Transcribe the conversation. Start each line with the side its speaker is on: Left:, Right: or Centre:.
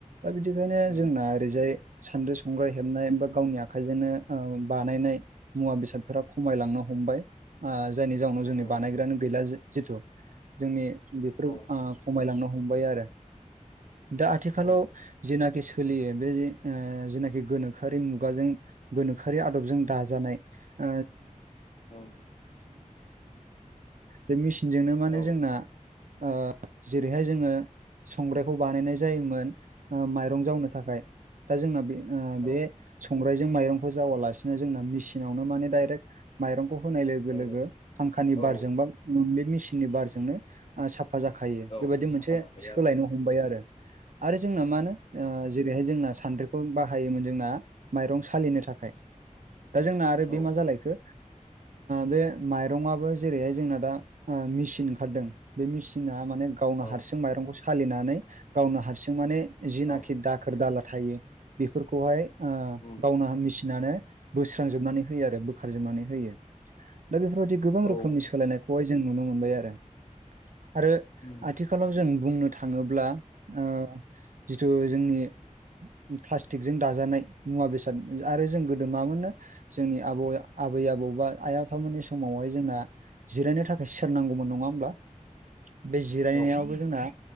Right: बिखायनो
Left: उम
Right: जोंना ओरैजाय सान्द्रि संग्राइ हेबनाय बा गावनि आखाइजोंनो बानायनाय मुवा बेसादफोरा खमायलांनो हमबाय जायनि जाउनाव जोंनि
Left: औ
Right: बानायग्रायानो गैला जिथु जोंनि बेफोर
Left: औ
Right: खमायलांनो हमबाय आरो दा आथिखालाव
Left: औ
Right: जेनाखि सोलियो बे जेनाखि गोनोखोआरि मुगाजों गोनोखोआरि आदबजों दाजानाय <inaudible>
Left: औ
Right: बे मेसिनजोंनो माने
Left: औ
Right: जोंना ओ जेरैहाय जोङो संग्रायखौ बानायनाय जायोमोन ओ माइरं जावनो थाखाय दा जोंना बे
Left: औ
Right: बे संग्राइजों माइरंखौ जावालासिनो जोंना मेसिनावनो माने डाइरेक्ट माइरंखौ होनाय लोगो
Left: डाइरेक्ट
Right: लोगो फांखानि
Left: औ
Right: बारजोंबा बे मेसिननि बारजोंनो साफा जाखायो
Left: औ
Right: बेबायाददि
Left: साफा
Right: मोनसे
Left: जाखायो
Right: सोलायनो
Left: आरो
Right: हमबाय आरो आरो जोंना मा ओ होनो जेरैहाय जोंना सान्द्रिखौ बाहायोमोन जोंना माइरं सालिनो थाखाय दा जोंना आरो बे
Left: औ
Right: मा जालायखो बे माइरंआबो जेरैहाय जोंना दा मेसिन ओंखारदों बे मेसिना माने गावनो
Left: औ
Right: हारसिं माइरंखौ सालिनानै गावनो हारसिं जों माने
Left: औ
Right: जिनाखि
Left: औ
Right: दाखोर दाला थायो बेफोरखौहाय ओ
Left: उम
Right: गावनो मेसिनानो बोस्रांजोबनानै होयो आरो बोखारजोबनानै होयो दा बेफोरबायदि गोबां
Left: औ
Right: रोखोमनि सोलायनाय खौहाय जों नुनो मोनबाय आरो आरो
Left: उम
Right: आथिखालाव जों बुंनो थाङोब्ला ओ जिथु जोंनि प्लास्टिकजों दाजानाय मुवा बेसाद आरो जों गोदो मामोननो जोंनि आबौ आबै आबौ बा आइ आफामोननि समावहाय जोंना जिरायनो थाखाय सियार नांगौमोन नङा होमब्ला बे जिरायनायावबो
Left: औ औ
Right: जोंना